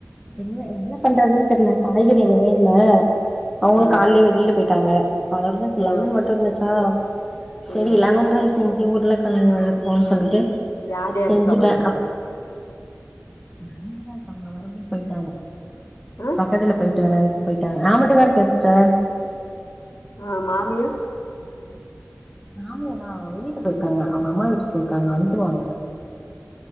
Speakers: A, in the centre; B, on the left.
A: என்ன என்ன பண்றதுன்னே தெரியல காய்கறி எதுமே இல்ல அவங்களு
B: ம்
A: காலயே வெளியில போயிட்டாங்க அதோந்து
B: ம்
A: லெமன் மட்டு இருந்துச்சா சரி
B: ம்
A: லெமன் ரைஸ் இங்க ஊர்ல கயணி வேலைக்கு போகன்னு சொல்லிட்டு
B: யார் யாருக்காப்ப
A: செஞ்சுட்டே
B: வீட்ல
A: நாமட்டுதா இருப்ப அவங்க வரம்ப போயிட்டாங்க
B: ஆ
A: பக்கத்துல போயிட்டு வரறங்கக்கு போயிட்டாங்க ஆமட்டக்காரரு க எஸ்டார்
B: ஆ மாமியா
A: மாமிய தா வெளியில போயிருக்காங்க அவங்க அம்மா வீட்டுக்கு போயிருக்காங்க வந்துருவாங்க